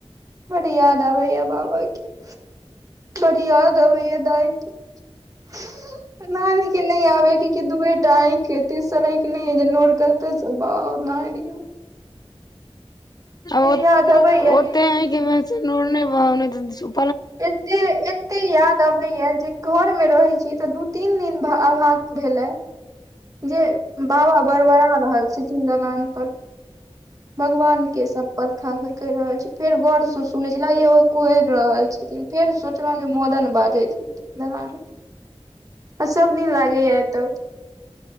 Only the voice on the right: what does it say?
बड़ी याद आबैया बाबा के बड़ी याद आबैया दाइ के। <inaudible> नानी के नय आबे के दुए टा आंख अइ तेसर आंखि नय ये जे नोर कतअ स बहाउ। कहियो।
याद अबैया
एत्ते एत्ते याद अबे या जे घर मे रहे छी तऽ दू तीन दिन अभास भेल ए। जे बाबा बड़ बड़ा रहल छथीन दलान पर। भगवान के सपथ खा क रहल छी फेर गर से सुनै छले लगे या ओ कुहरि रहल छथिन। फेर सोचलहु जे मदन बाजैत छै दलान पर। आ सब दिन लागैया एतऽ।